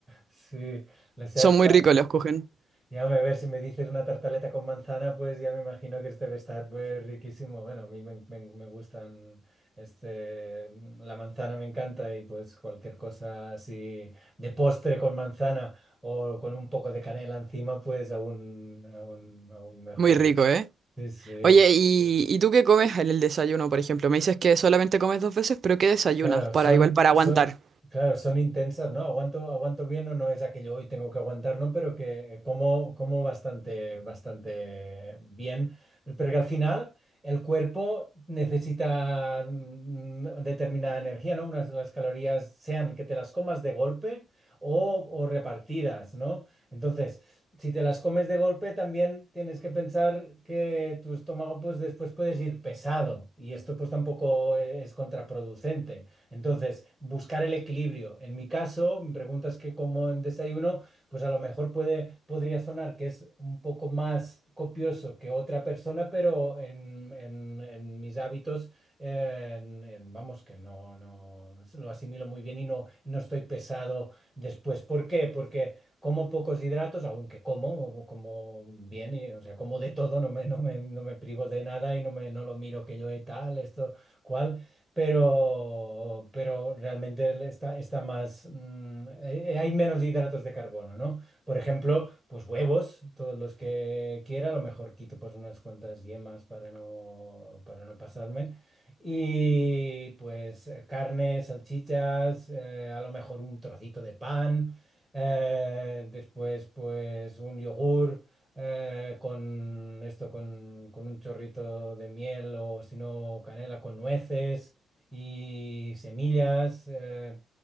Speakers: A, in the centre; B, on the right.
A: sí. La sespa.
B: Son muy ricos los Kuchen.
A: Ya me ver si me dices una tartaleta con manzana, pues ya me imagino que este debe estar pues riquísimo. Bueno, a mí me, me- me gustan, este, la manzana me encanta y pues cualquier cosa así de postre con manzana o con un poco de canela encima, pues aún, aún, aún mejor.
B: Muy rico, ¿eh?
A: Sí, sí.
B: Oye, ¿y, y tú qué comes en el desayuno, por ejemplo? Me dices que solamente comes dos veces, pero ¿qué desayunas?
A: Claro,
B: Para
A: son,
B: igual, para aguantar.
A: son, claro, son intensas, ¿no? Aguanto, aguanto bien o no es aquello hoy tengo que aguantar, ¿no? Pero que eh, como, como bastante, bastante bien. Pero que al final el cuerpo necesita mm, determinada energía, ¿no? Unas las calorías sean que te las comas de golpe o, o repartidas, ¿no? Entonces, si te las comes de golpe, también tienes que pensar que tu estómago, pues después puedes ir pesado y esto pues tampoco eh, es contraproducente. Entonces, buscar el equilibrio. En mi caso, me preguntas que como en desayuno, pues a lo mejor puede, podría sonar que es un poco más copioso que otra persona, pero en, en- en mis hábitos, eh, en- en- vamos, que no, no lo asimilo muy bien y no, no estoy pesado después. ¿Por qué? Porque como pocos hidratos, aunque como, o como bien, y, o sea, como de todo, no me, no me, no me privo de nada y no me, no lo miro que yo he tal, esto, cual pero, pero realmente está, está más, mm, eh, eh, hay menos hidratos de carbono, ¿no? Por ejemplo, pues huevos, todos los que quiera, a lo mejor quito pues unas cuantas yemas para no, para no pasarme. Y pues eh, carne, salchichas, eh, a lo mejor un trocito de pan, eh, después pues un yogur eh, con esto, con, con un chorrito de miel o si no canela con nueces y semillas. eh,